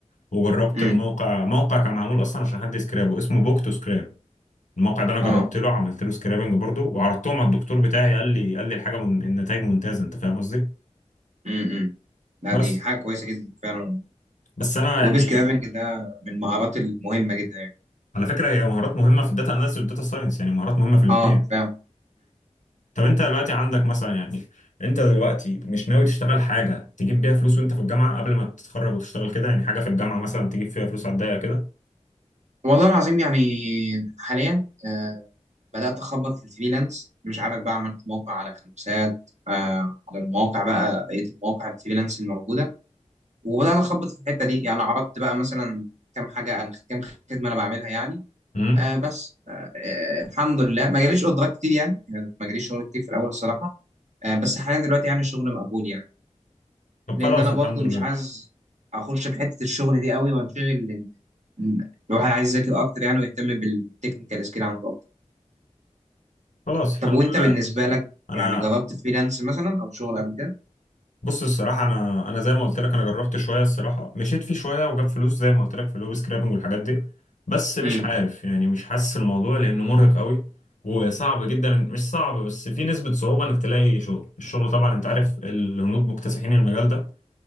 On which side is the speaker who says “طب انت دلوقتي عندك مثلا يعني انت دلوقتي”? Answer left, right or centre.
Left